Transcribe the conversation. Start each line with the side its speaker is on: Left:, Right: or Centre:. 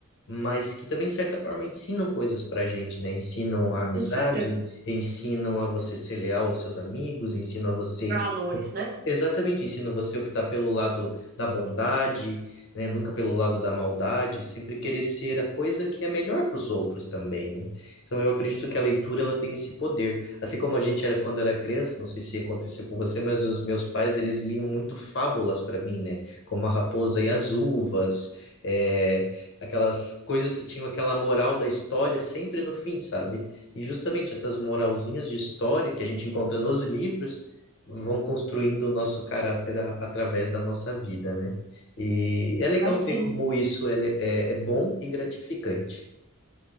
Left: mas que também, de certa forma, ensinam coisas pra gente, né? Ensinam a amizade,
Right: com certeza.
Left: ensinam a você ser leal aos seus amigos, ensinam a você.
Right: Valores, né?
Left: Exatamente, ensinam você a optar pelo lado da bondade, né? Nunca pelo lado da maldade, sempre querer ser a coisa que é melhor para os outros também, né? Então eu acredito que a leitura ela tem esse poder. Assim como a gente era quando era criança, não sei se aconteceu com você, mas os meus pais eles liam muito fábulas para mim, né? Como a Raposa e as Uvas, eh, aquelas coisas que tinham aquela moral da história sempre no fim, sabe? E justamente essas moralzinhas de história que a gente encontra nos livros vão construindo o nosso caráter a- através da nossa vida, né? E é legal
Right: É sim.
Left: ver como isso é, le- é, é bom e gratificante.